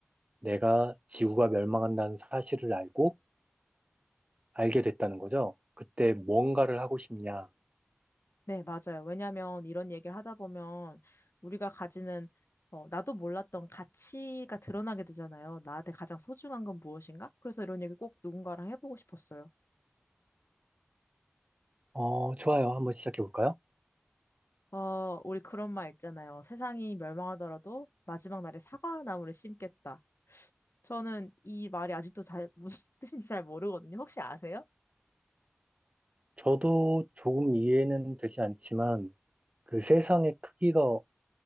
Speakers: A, on the right; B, on the left.
A: 내가 지구가 멸망한다는 사실을 알고 알게 됐다는 거죠. 그때 뭔가를 하고 싶냐?
B: 네, 맞아요. 왜냐하면 이런 얘기를 하다 보면 우리가 가지는 어, 나도 몰랐던 가치가 드러나게 되잖아요. 나한테 가장 소중한 건 무엇인가? 그래서 이런 얘기 꼭 누군가랑 해보고 싶었어요.
A: 어, 좋아요. 한번 시작해 볼까요?
B: 어, 우리 그런 말 있잖아요. 세상이 멸망하더라도 마지막 날에 사과나무를 심겠다. 저는 이 말이 아직도 잘, 무슨 <laughs> 뜻인지 잘 모르거든요. 혹시 아세요?
A: 저도 조금 이해는 되지 않지만 그 세상의 크기가